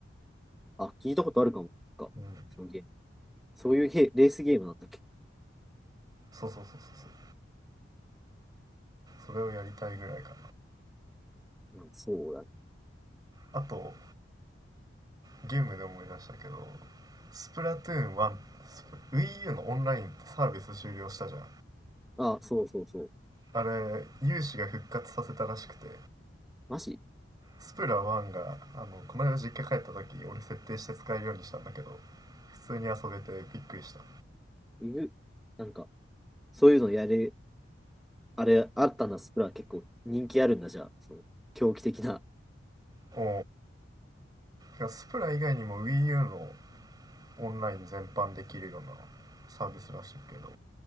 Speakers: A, in the centre; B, on the right (about 20°).
A: あ、聞いたことあるかもか。
B: うん、
A: そのゲーム。そういうヘレースゲームなんだっけ
B: そうそうそうそうそうそれをやりたいぐらいか
A: うんそうだ。
B: なあとゲームで思い出したけどスプラトゥーン1ン、WiiU のオンラインってサービス終了したじゃん
A: あ、そうそうそう。
B: あれ有志が復活させたらしくて
A: マジ
B: スプラ1があのこの間実家帰った時俺設定して使えるようにしたんだけど普通に遊べてびっくりした
A: うぐなんか、そういうのやれ、あれ、あったな、スプラ結構人気あるんだ、じゃあ。その狂気的な。
B: おおスプラ以外にも WiiU のオンライン全般できるようなサービスらしいけど